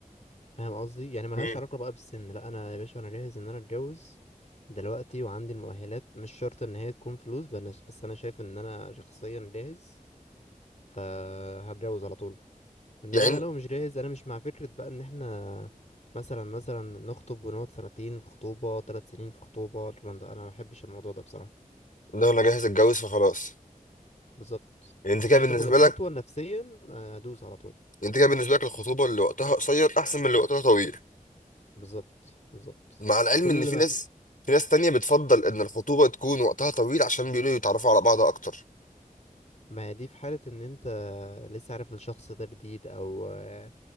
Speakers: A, on the left; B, on the left.
A: فاهم قصدي يعني ملهاش
B: مم.
A: علاقة بقى بالسن لا انا يا باشا انا جاهز ان انا اتجوز دلوقتي وعندي المؤهلات مش شرط ان هي تكون فلوس بس بس انا شايف ان انا شخصيا جاهز فهتجوز على طول انما
B: يعني
A: انا لو مش جاهز انا مش مع فكرة بقى ان احنا مثلا مثلا نخطب ونقعد سنتين في خطوبة ثلاث سنين في خطوبة الكلام ده انا ما بحبش الموضوع ده بصراحة
B: لو انا جاهز اتجوز فخلاص
A: بالظبط
B: يعني انت كده
A: جاهز
B: بالنسبه
A: اخد الخطوة
B: لك
A: نفسيا آه، ادوس على طول
B: انت كده بالنسبه لك الخطوبه اللي وقتها قصير احسن من اللي وقتها طويل
A: بالظبط بالظبط
B: مع العلم
A: كل
B: ان في
A: ما
B: ناس
A: ف...
B: في ناس تانية بتفضل ان الخطوبه تكون وقتها طويل عشان بيقولوا يتعرفوا على بعض اكتر
A: ما هي دي في حالة ان انت لسه عارف الشخص ده جديد او آه،